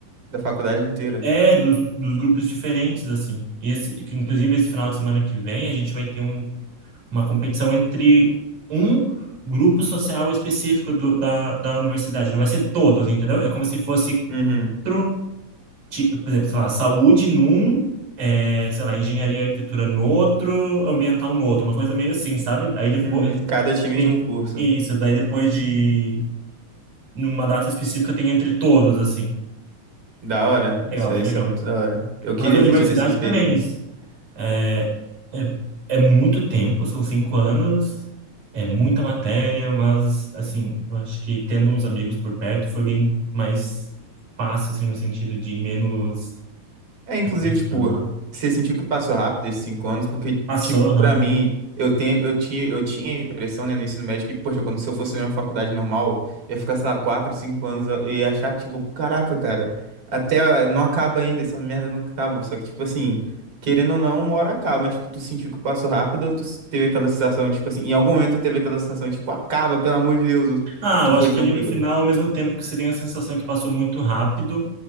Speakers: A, on the right (about 55°); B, on the right (about 85°).
A: da faculdade inteira.
B: É, dos, dos grupos diferentes, assim. E esse, que, inclusive, esse final de semana que vem, a gente vai ter um uma competição entre um grupo social específico do- da, da universidade. Não vai ser todos, entendeu? É como se fosse,
A: Uhum.
B: pro, tipo, por exemplo, sei lá, saúde num, é, sei lá, engenharia e arquitetura no outro, ambiental no outro, uma coisa meio assim, sabe? Aí depois
A: Uhum, Cada time
B: tem
A: de um curso.
B: isso, daí depois de, numa data específica, tem entre todos, assim.
A: Da hora.
B: Legal,
A: Isso
B: bem
A: é,
B: legal.
A: isso é muito da hora. Eu queria
B: Mas a universidade
A: ter tido essa experiência.
B: também, é isso. É, é, é muito tempo, são cinco anos, é muita matéria, mas, assim, eu acho que tendo uns amigos por perto foi bem mais fácil, assim, no sentido de menos
A: É, inclusive,
B: emocional.
A: tipo, você sentiu que passou rápido esses cinco anos, porque,
B: Passou,
A: tipo,
B: aham.
A: pra mim, eu tenho, eu tinha, eu tinha a impressão, né, no ensino médio que, poxa, quando se eu fosse numa faculdade normal, ia ficar, sei lá, quatro, cinco anos e ia achar, tipo, caraca, cara, até ah, não acaba ainda, essa merda nunca acaba. Só que, tipo assim, querendo ou não, uma hora acaba, mas, tipo, tu sentiu que passou rápido ou tu s- teve aquela sensação, tipo assim, em algum momento tu teve aquela sensação, tipo, acaba, pelo amor de Deus, ou
B: Ah,
A: tu
B: eu
A: foi
B: acho
A: tranquilo.
B: que ali no final, ao mesmo tempo que você tem a sensação que passou muito rápido,